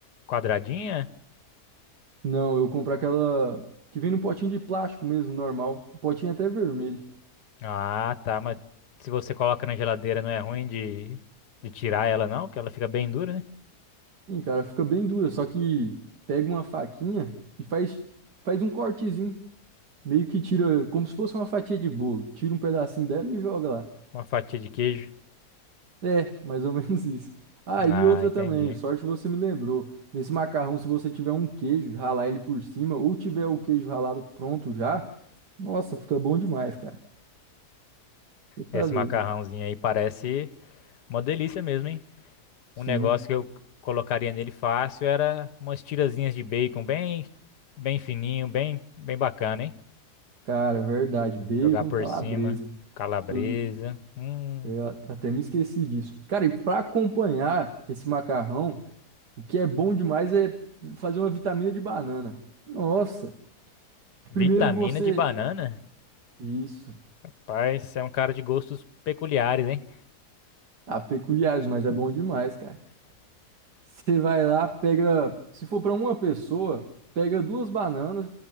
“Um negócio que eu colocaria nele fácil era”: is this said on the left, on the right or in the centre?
Left